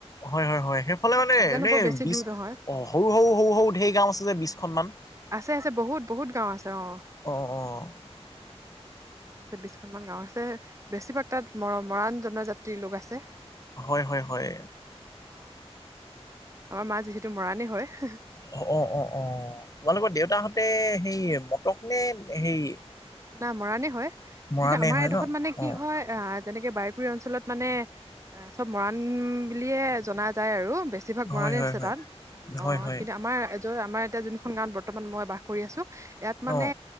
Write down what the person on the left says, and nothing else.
হয় হয় হয় সেইফালে মানে
এনেই
বিশ
অ' সৰু সৰু সৰু সৰু ঢেৰ গাওঁ আছে যে বিশখন মান?
অ <inaudible>
হয় হয় হয়।
অ' অ' অঁ, তোমালোকৰ দেউতাহঁতে সেই মটক নে সেই
মৰাণে
হয়
ন
অ
হয় হয়
হয়
হয় হয়
অ